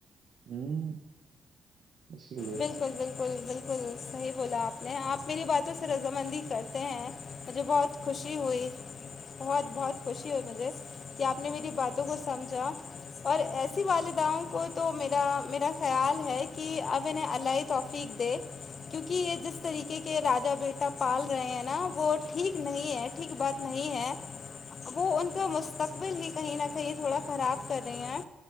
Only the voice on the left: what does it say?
بالکل بالکل بالکل صحیح بولا آپ نے آپ میری باتوں سے رضامندی کرتے ہیں مجھے بہت خوشی ہوئی بہت بہت خوشی ہو مجھے کہ آپ نے میری باتوں کو سمجھا اور ایسی والدہؤں کو تو میرا میرا خیال ہے کہ اب نے اللہائی توفیق دے کیونکہ یہ جس طریقے کے راجا بیٹا پال رہے ہیں نا وہ ٹھیک نہیں ہے ٹھیک بات نہیں ہے وہ ان کا مستقبل ہی کہیں نہ کہیں تھوڑا خراب کر رہی ہیں